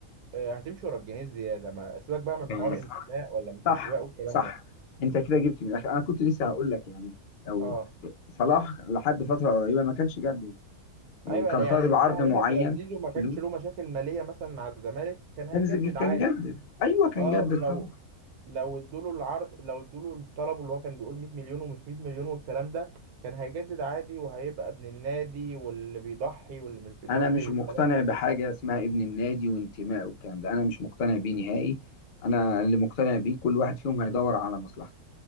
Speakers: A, on the right; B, on the left.
A: آه، هتمشي ورا الجنيه الزياده ما سيبك بقى من
B: بس
A: حوار انتماء ولا مش
B: صح
A: انتماء والكلام
B: صح
A: ده
B: انت كده جبت من الاخر انا كنت لسه هقول لك يعني لو
A: اه
B: صلاح لحد فتره قريبه ما كانش جدد إيه،
A: ايوه
B: كان
A: لا، يعني
B: طالب عرض
A: انا هقول
B: معين
A: لك لو زيزو ما كانش
B: فلوس
A: له مشاكل ماليه مثلا مع الزمالك كان هيجدد
B: كان زي- كان
A: عادي
B: جدد ايوه كان
A: اه
B: جدد
A: ولو
B: طبعا
A: لو ادوا له العرض لو ادوا له الطلب اللي هو كان بيقول 100 مليون ومش 100 مليون والكلام ده كان هيجدد عادي وهيبقى ابن النادي واللي بيضحي واللي مش بيضحي
B: انا مش
A: والكلام
B: مقتنع
A: ده
B: بحاجه اسمها ابن النادي وانتماء والكلام ده انا مش مقتنع بيه نهائي انا اللي مقتنع بيه كل واحد فيهم هيدور على مصلحته